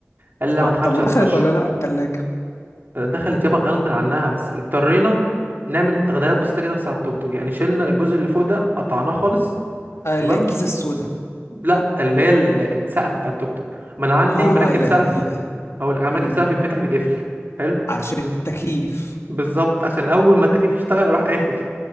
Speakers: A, on the right (about 45°); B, on the left (about 80°).
A: قال لي لا
B: اه
A: ما تخافش
B: طب ودخلت
A: هتخش
B: ولا لا التلاجة
A: دخلت يابا غصب عنها بس اضطرينا نعمل تغييرات بسيطه كده بس على التوك توك يعني شلنا الجزء اللي فوق ده قطعناه خالص
B: آه اللي
A: تمام
B: هي الكيسة السوداء
A: لا اللي هي ال- السقف بتاع التوك توك ما انا عندي
B: اه
A: مركب
B: ال
A: سقف
B: ال ال
A: او انا
B: مم.
A: مركب سقف بيتفتح ويتقفل حلو
B: عشان التكييف
A: بالظبط عشان اول ما التكييف يشتغل راح قافل